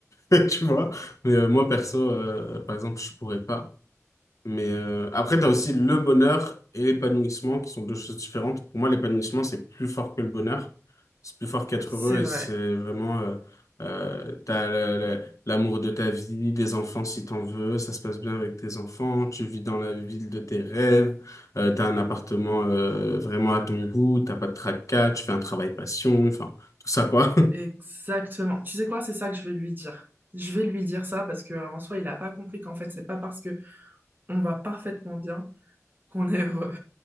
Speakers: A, on the left; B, on the right.
A: euh, <laughs> tu vois. Mais euh, moi, perso, euh, par exemple, je pourrais pas. Mais euh, après, tu as aussi le bonheur et l'épanouissement qui sont deux choses différentes. Pour moi, l'épanouissement, c'est plus fort que le bonheur. C'est plus fort qu'être
B: C'est
A: heureux et
B: vrai,
A: c'est vraiment, euh, euh, t'as la- la- l'amour de ta vie, des enfants si t'en veux, ça se passe bien avec tes enfants, tu vis dans la ville de tes rêves, euh, t'as un appartement euh, vraiment à ton goût, t'as pas de tracas, tu fais un travail passion, enfin, tout ça quoi. <laughs>
B: exactement. Tu sais quoi, c'est ça que je vais lui dire. Je vais lui dire ça parce que en soi, il a pas compris qu'en fait, c'est pas parce que on va parfaitement bien qu'on est heureux.